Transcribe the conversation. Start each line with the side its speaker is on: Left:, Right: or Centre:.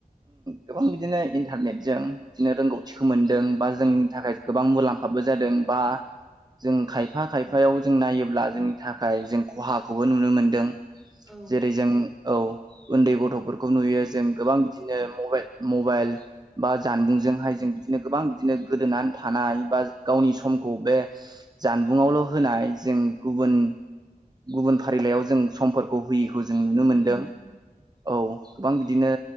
Right: गोबां बिदिनो इन्टारनेटजों बिदिनो रोंगौथिखौ मोनदों बा जोंनि थाखाय गोबां मुलाम्फाबो जादों बा जों खायफा खायफायाव
Centre: ओं
Right: जों नायोब्ला अब्ला जोंनि थाखाय जों खहाखौबो नुनो मोनदों
Centre: औ
Right: जेरै जों औ उन्दै गथ'फोर खौ नुयो जों गोबां बिदिनो मबाइल मबाइल बा जानबुंजोंहाय जों बिदिनो गोबां बिदिनो गोदोनानै थानाय बा गावनि समखौ बे जानबुंआवल' होनाय जों गुबुन, गुबुन फारिलाइयाव जों समफोरखौ होयिखौ जों नुनो मोन्दों।
Centre: उम
Right: औ। गोबां बिदिनो